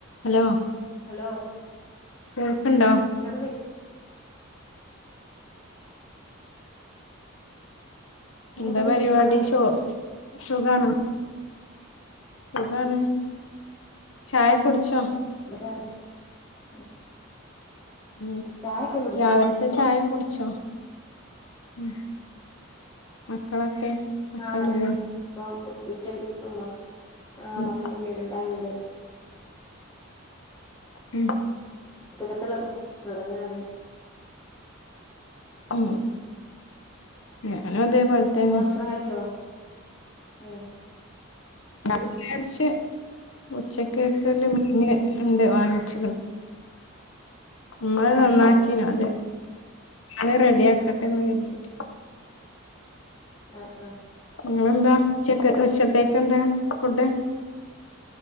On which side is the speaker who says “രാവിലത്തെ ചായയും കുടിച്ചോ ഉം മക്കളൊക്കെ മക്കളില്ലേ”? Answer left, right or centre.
Left